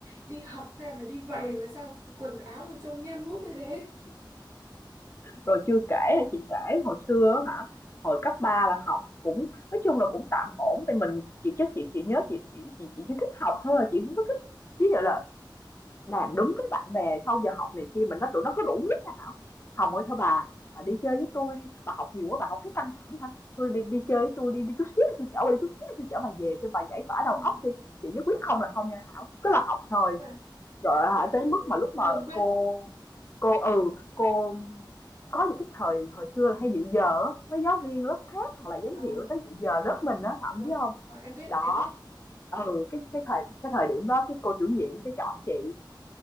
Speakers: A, on the right (about 40°); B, on the left (about 30°).
A: đi học hay mà đi vậy mà sao quần áo mà trông nhem nhuốc như thế
B: Rồi chưa kể hả, chị kể hồi xưa á hả, hồi cấp 3 là học cũng nói chung là cũng tạm ổn thì mình chị chắc chị chị nhớ chị chị chị chị chỉ thích học thôi à, chị không có thích ví dụ là làm đúng với bạn bè sau giờ học này kia mình nói tụi nó có đủ miết nha Thảo. "Hồng ơi thôi bà bà đi chơi với tôi đi, bà học nhiều quá bà hổng thấy căng thẳng hả? Thôi đi đi chơi với tôi đi, đi chút xíu tôi chở bà đi, chút xíu tôi chở bà về cho bà giải tỏa
A: <laughs>
B: đầu óc đi." Chị nhất quyết không là không nha Thảo, cứ là học thôi.
A: à,
B: Rồi
A: à,
B: hả?
A: chị
B: Tới mức mà lúc mà
A: cương quyết
B: cô cô ừ, cô có những cái thời hồi xưa là hay dự giờ á, mấy giáo viên lớp khác hoặc là giám
A: à,
B: hiệu tới dự giờ lớp mình á, thậm
A: đúng
B: biết không
A: Rồi, em biết
B: Đó,
A: em biết
B: ừ, cái cái thời cái thời điểm đó cái cô chủ nhiệm cái chọn chị